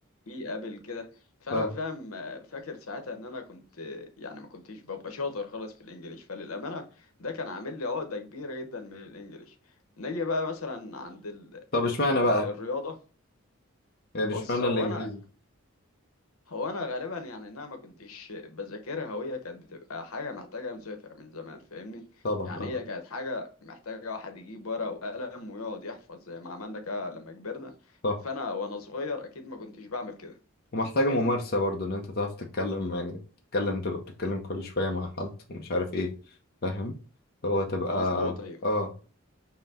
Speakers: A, on the left (about 80°); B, on the left (about 45°).
A: إيه قبل كده فأنا
B: اه
A: فاهم فاكر ساعتها إن أنا كنت يعني ما كنتش ببقى شاطر خالص في الإنجليش فللأمانة ده كان عامل لي عقدة كبيرة جدا من الإنجليش نيجي بقى مثلا عند ال...
B: طب اشمعنى
A: ال...
B: بقى
A: الرياضة
B: يعني
A: بص
B: اشمعنى
A: هو
B: الانجليزي
A: أنا هو انا غالبا يعني انها ما كنتش بذاكرها وهي كانت بتبقى حاجه محتاجه مذاكره من زمان فاهمني
B: طبعا
A: يعني
B: اه
A: هي كانت حاجه محتاجه واحد يجيب ورقه وقلم ويقعد يحفظ زي ما عملنا كده لما كبرنا
B: صح
A: فانا وانا صغير اكيد ما كنتش بعمل كده
B: ومحتاجة
A: فاهمني
B: ممارسة برضه إن أنت تعرف تتكلم يعني تتكلم تبقى بتتكلم كل شوية مع حد ومش عارف إيه فاهم هو تبقى
A: مظبوط ايوه
B: آه